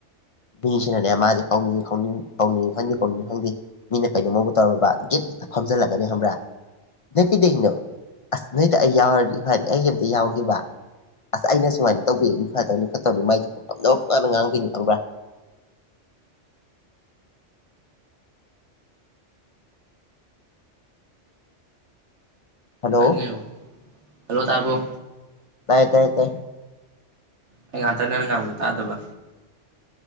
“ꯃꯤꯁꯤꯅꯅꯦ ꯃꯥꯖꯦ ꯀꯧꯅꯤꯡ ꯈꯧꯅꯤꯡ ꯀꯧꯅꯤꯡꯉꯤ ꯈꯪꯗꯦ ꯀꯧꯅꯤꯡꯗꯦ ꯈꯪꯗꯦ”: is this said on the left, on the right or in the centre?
Left